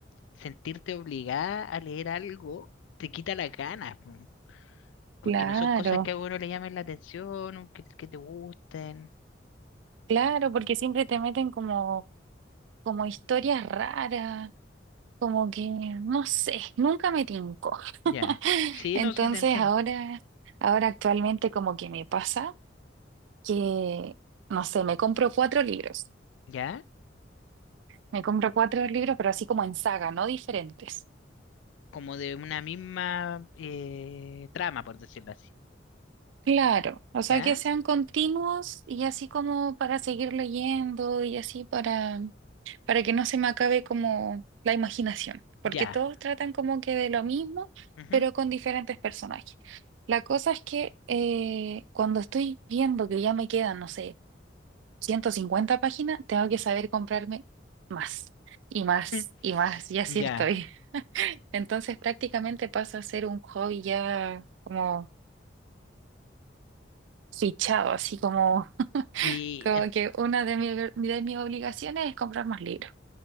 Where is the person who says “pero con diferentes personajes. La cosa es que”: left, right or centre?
Right